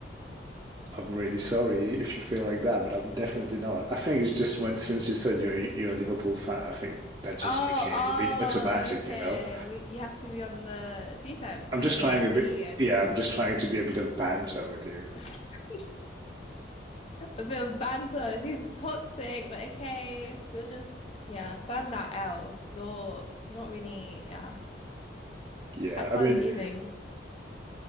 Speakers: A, on the right (about 25°); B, on the left (about 35°).
A: I'm really sorry if you feel like that, but I'm definitely not. I think it's just when since you said you're you're a Liverpool fan, I think that just
B: Oh,
A: became
B: oh,
A: a bit automatic,
B: okay.
A: you know?
B: We you have to be on the defense.
A: I'm
B: Okay,
A: just trying
B: I see.
A: a bit,
B: I see.
A: yeah, I'm just trying to be a bit of banter with you.
B: <laughs> a bit of banter. It seems toxic, but okay. You're just, yeah, firm that L. You're not really, yeah.
A: Yeah,
B: Have
A: I
B: fun
A: mean,
B: losing.